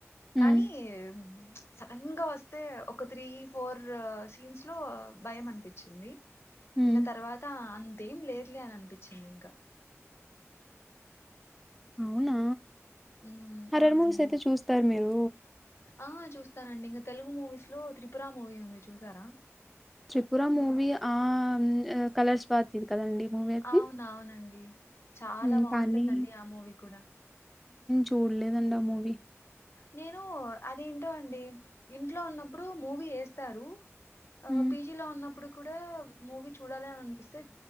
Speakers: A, in the centre; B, on the left.
A: హ్మ్,
B: కానీ ప్చ్ సడన్ గా వస్తే ఒక త్రీ ఫోర్ సీన్స్ లో భయం అనిపించింది
A: హ్మ్.
B: ఇంకా తర్వాత అంన్ తేం లెద్లే అని అనిపించింది ఇంకా
A: అవునా
B: ఉమ్,
A: హార్రర్
B: అవునండి
A: మూవీస్ అయితే చూస్తారు మీరు
B: ఆ చూస్తానండి ఇంక తెలుగు మూవీస్ లో త్రిపుర మూవీ ఉంది చూసారా
A: త్రిపుర మూవీ ఆ మ్మ్ కలర్స్ స్వాతిది కదండి మూవీ అది
B: అవ్నా అవునండి చాలా
A: హ్మ్.
B: బాగుంటుందండి
A: కానీ
B: ఆ మూవీ కూడా
A: టుడ్లేదండి ఆ మూవీ
B: నేను అది ఏంటో అండి ఇంట్లో ఉన్నప్పుడు మూవీ వేస్తారు ఆ
A: హ్మ్
B: పీజీలో ఉన్నప్పుడు కూడా మూవీ చూడాలి అని అనిపిస్తే